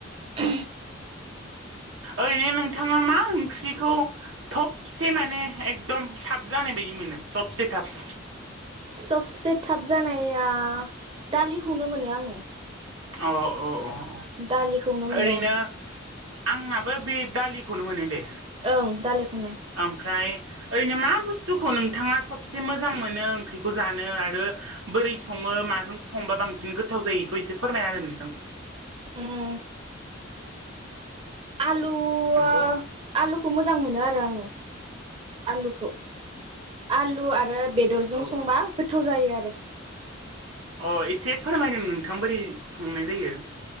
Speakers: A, on the right; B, on the right.
A: <unintelligible> <inaudible>
B: ओरैनो नोंथाङा मा ओंख्रिखौ थबसे माने एकदम थाब जानाय बायदि मोनो सबसे थाब
A: सबसे थाब जानाया दालिखौनो मोनो आङो
B: अ अ अ
A: दालिखौनो मोनो
B: ओरैनो
A: आरो
B: आंनाबो बे दालिखौनो मोनो दे
A: औ दालिखौनो
B: ओमफ्राय ओरैनो मा बुस्थुखौ नोंथाङा सबसे मोजां मोनो ओंख्रिखौ जानो आरो बोरै सङो मा मा जों संबा बांसिन गोथाव जायो इखौ इसे फोरमायना होदो नोंथां
A: उम आलु
B: नोंखौ
A: वा
B: आं
A: आलुखौ मोजां मोनो आरो आङो आलुखौ आलु आरो बेदरजों
B: औ
A: संबा गोथाव जायो आरो
B: अ इसे फोरमायदों नोंथां बोरै संनाय जायो